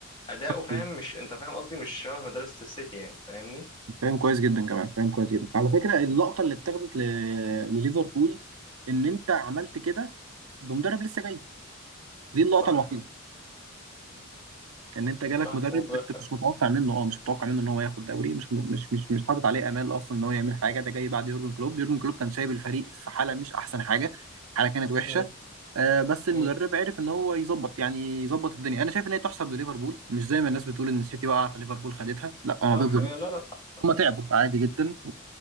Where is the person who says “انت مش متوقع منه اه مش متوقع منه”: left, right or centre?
Right